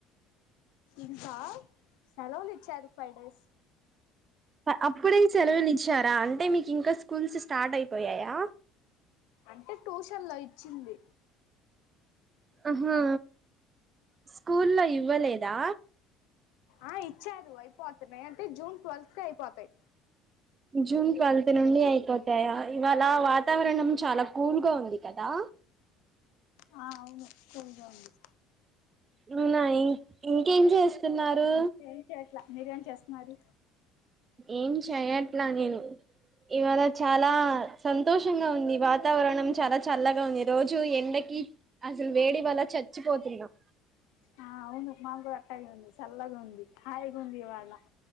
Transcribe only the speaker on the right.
అప్పుడేం సెలవు చ్చారా అంటే మీకు ఇంకా స్కూల్స్ స్టార్ట్ అయిపోయాయా
ఆహా స్కూల్లో ఇవ్వలేదా
జూన్ ట్వెల్త్ నుండి అయిపోతాయా ఇవాళ వాతావరణం చాలా కుల్గా ఉంది కదా
అవునా ఇం ఇంకేం చేసున్నారు
ఏం చెయట్లా నేను ఇవాళ చాలా సంతోషంగా ఉంది. వాతావరణం చాలా చల్లగా ఉంది. రోజు ఎండకి అసలు వేడి వాళ చచ్చిపోతున్నాం.